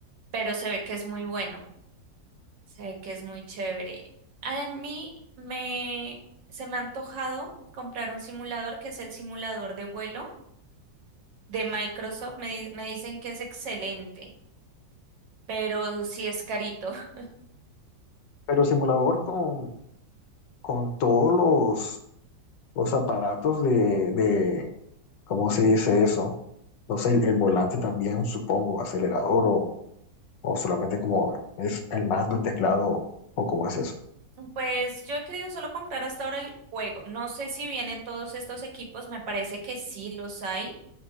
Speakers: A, on the right; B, on the left.
A: pero se ve que es muy bueno, se ve que es muy chévere. A mí me, se me ha antojado comprar un simulador que es el simulador de vuelo de Microsoft me, di- me dicen que es excelente, pero sí es carito. <laughs>
B: pero simulador con, con todos los, los aparatos de, de, ¿cómo se dice eso? No sé, el, el volante también, supongo, acelerador o, o solamente como es el mando, el teclado o cómo es eso.
A: Pues yo he querido solo comprar hasta ahora el juego. No sé si vienen todos estos equipos, me parece que sí los hay,